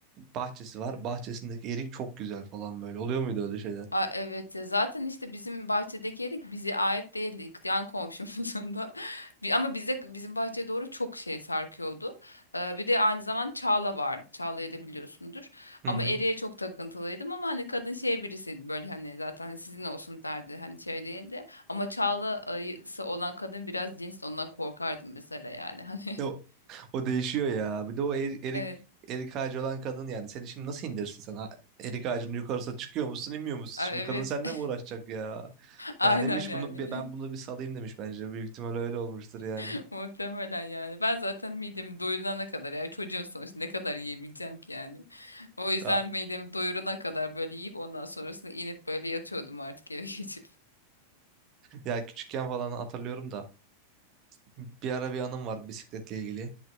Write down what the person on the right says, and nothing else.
bahçesi var. Bahçesindeki erik çok güzel falan böyle. Oluyor muydu öyle şeyler?
Hı
hı.
E, O, o değişiyor ya. Bir de o er- erik
erik ağacı olan kadın yani seni şimdi nasıl indirsin sen? Ha, Erik ağacının yukarısına çıkıyor musun, inmiyor musun?
Şimdi
kadın seninle
mi uğraşacak ya?
Yani demiş
bunu bir- ben bunu bir salayım demiş bence. Büyük ihtimal öyle olmuştur yani.
Ee,
Ya küçükken falan hatırlıyorum da bir ara bir anım var bisikletle ilgili.